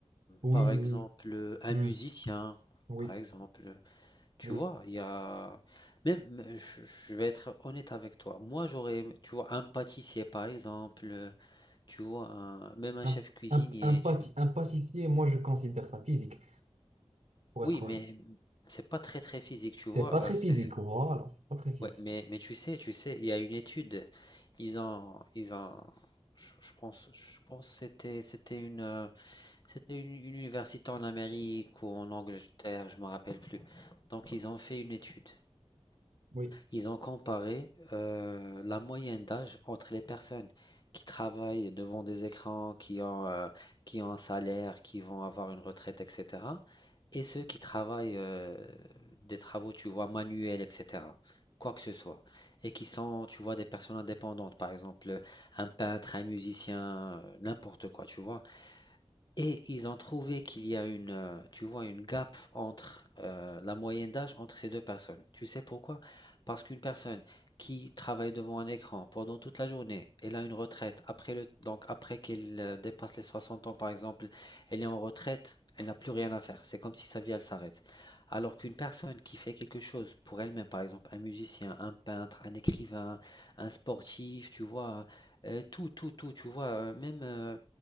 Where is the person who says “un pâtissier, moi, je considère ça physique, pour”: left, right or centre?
Right